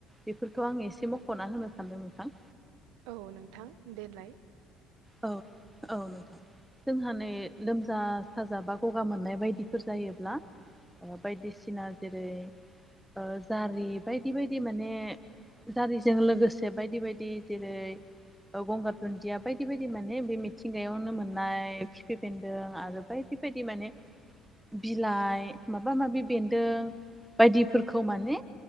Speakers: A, in the centre; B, on the right.
A: बेफोरखौ आं एसे मख'ना होनो सानदों नोंथां।
B: औ नोंथां देलाय
A: औ औ नोंथां जोंहा नै लोमजा-साजा बा गगा मोननाय बायदिफोर जायोब्ला ओ बायदिसिना जेरै ओ जारि बायदि बायदि माने जारिजों लोगोसे बायदि बायदि जेरै ओ गंगार दुन्दिया बाय दि बायदि माने बे मिथिंगायावनो मोननाय खिफि बेन्दों आरो बायदि बायदि माने बिलाइ माबा माबि बेन्दों बायदिफोरखौ माने